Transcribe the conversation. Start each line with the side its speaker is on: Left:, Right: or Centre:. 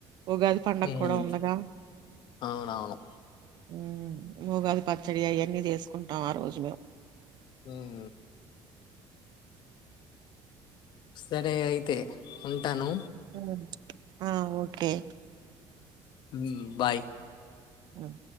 Right: ఉగాది పండక్క
Left: హ్మ్.
Right: కుడా ఉందిగా
Left: అవునవును.
Right: ఉమ్ ఉగాది పచ్చడి అయన్నీ చేసుకుంటాం ఆ రోజు మేము
Left: ఉం సరే అయితే ఉంటాను
Right: ఉమ్ ఆ ఓకే
Left: ఉమ్ బాయ్
Right: ఉమ్